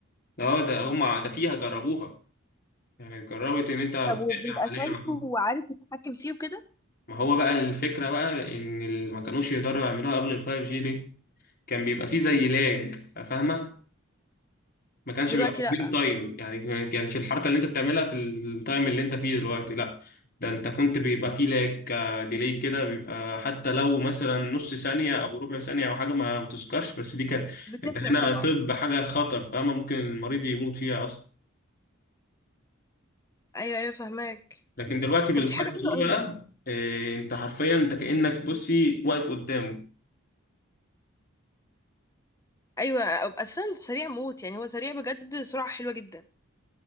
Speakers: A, on the left (about 45°); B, on the left (about 15°).
A: ده هو ده هم ده فيها جربوها يعني جربت ان انت بتعمل
B: طب وبيبقى
A: عملية
B: شايفه
A: معاهم
B: وعارف يتحكم فيه وكده
A: ما هو بقى الفكرة بقى إن ال- ما كانوش يقدروا يعملوها قبل الفايف جي دي كان بيبقى فيه زي لاج فاهمة ما كانش
B: دلوقتي
A: بيبقى
B: لا
A: في ريل تايم يعني ما كانش الحركة اللي أنت بتعملها في التايم اللي أنت فيه دلوقتي لا ده أنت كنت بيبقى فيه لاج ديلي كده بيبقى حتى لو مثلا نص ثانية أو ربع ثانية أو حاجة ما بتذكرش بس دي كانت
B: بتفرق
A: أنت هنا
B: طبعا
A: طب حاجة خطر فاهمة ممكن المريض يموت فيها أصلا
B: ايوه ايوه فهماك
A: لكن دلوقتي بالفايف
B: طب دي حاجه
A: جي
B: حلوه قوي
A: بقى إيه، أنت حرفيا أنت كأنك بصي واقف قدامه
B: ايوه اساسا سريع موت يعني هو سريع بجد سرعه حلوه جدا